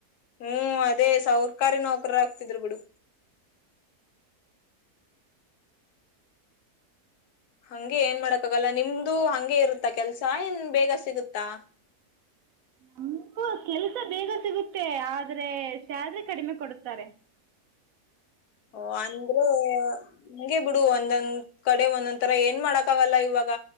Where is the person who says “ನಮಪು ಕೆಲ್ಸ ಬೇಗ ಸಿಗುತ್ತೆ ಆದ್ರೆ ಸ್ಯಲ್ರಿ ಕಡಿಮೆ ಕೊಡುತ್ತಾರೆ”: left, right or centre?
Right